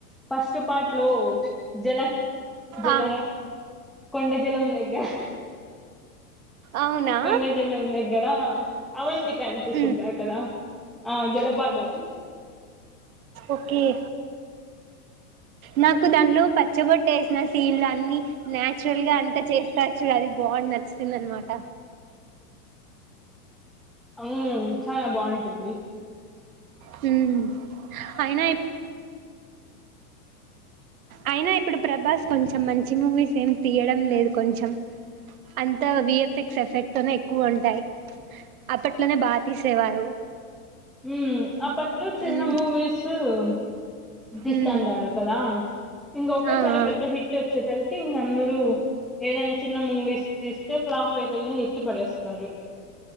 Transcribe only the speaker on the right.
ఆ
అవునా
ఉమ్.
ఓకే నాకు దాంట్లో ప చ్చ బొట్టేసిన సీన్లు అన్ని నాచురల్ గా అంత చేస్తారు చూడు అది బాగు నచ్చుతుంది అనమాట
హ్మ్ అయినా అయినా ఇప్పుడు ప్రభాస్ కొంచెం మంచి మూవీస్ ఏమి తీయడం లేదు కొంచెం అంత విఎఫ్ఎక్స్ ఎఫెక్ట్ తోనే ఎక్కువ ఉంటాయి అప్పట్లోనే బా తీసేవారు
ఉమ్
ఉమ్
ఆ
ఆ